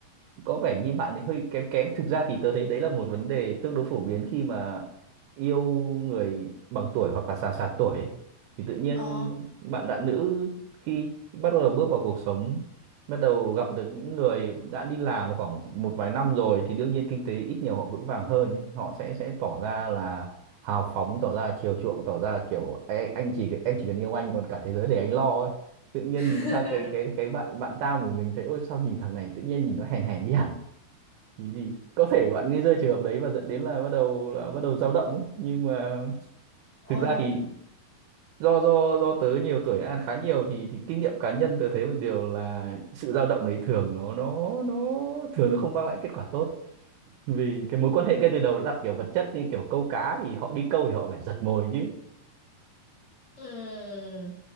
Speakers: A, on the right (about 85°); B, on the left (about 25°).
A: có vẻ như bạn ấy hơi kém kém thực ra thì tớ thấy đấy là một vấn đề tương đối phổ biến khi mà yêu người bằng tuổi hoặc là sàn sàn tuổi ấy. thì tự nhiên
B: ồ
A: bạn bạn nữ khi bắt đầu bước vào cuộc sống bắt đầu gặp được những người đã đi làm khoảng một vài năm rồi thì đương nhiên kinh tế ít nhiều họ vững vàng hơn ấy. họ sẽ sẽ tỏ ra là hào phóng tỏ ra là chiều chuộng tỏ ra là kiểu "Ê, anh chỉ em chỉ cần yêu anh còn cả thế giới để anh lo ấy tự nhiên
B: <laughs>
A: nhìn sang cái cái cái bạn bạn ta của mình thấy ôi sao nhìn thằng này tự nhiên nhìn nó hèn hèn đi hẳn thì, thì có thể bạn gây ra trường hợp đấy và dẫn đến là bắt đầu là bắt đầu dao động ấy. Nhưng mà thực
B: ồ
A: ra thì do do do tớ nhiều tuổi ăn khá nhiều thì thì kinh nghiệm cá nhân tớ thấy một điều là sự dao động đấy thường nó nó nó thường nó không mang lại kết quả tốt vì cái mối quan hệ ngay từ đầu đã đặt kiểu vật chất như kiểu câu cá thì họ đi câu thì họ phải giật mồi chứ
B: Ừm,